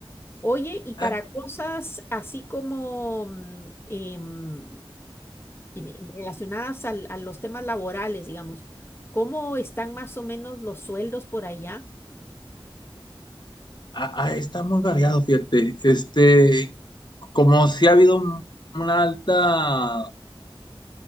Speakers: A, on the left; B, on the left.
A: Oye, y para
B: Ah,
A: cosas así como, mm, em, en- en- relacionadas al- a los temas laborales, digamos. ¿Cómo están más o menos los sueldos por allá?
B: ah, ah, está muy variado, fíjate. Este, como si ha habido un- una alta